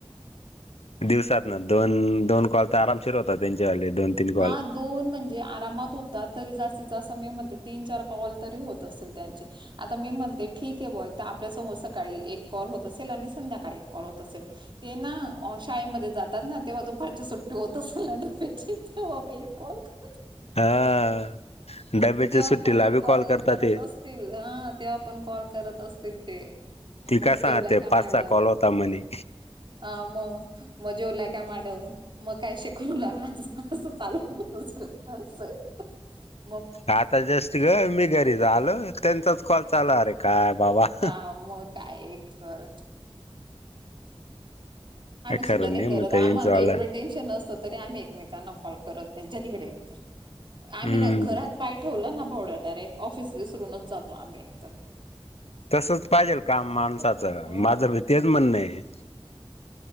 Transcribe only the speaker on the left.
दिवसातन दोन, दोन कॉल तर आरामशिर होतात त्यांचे वाले दोन. तीन कॉल
हा डब्याच्या
सुट्टीला
बी कॉल करतात
ते
ती
काय सांगते
पाच
सहा कॉल होता म्हणे
आता जेस्ट ग मी घरी आलो, त्यांचाच कॉल चालू अरे काय बाबा
काय खरं
मग
यांचं वालं
हम्म
तसच पाहिजेल काम माणसाचं
माझं भी तेच म्हण ये.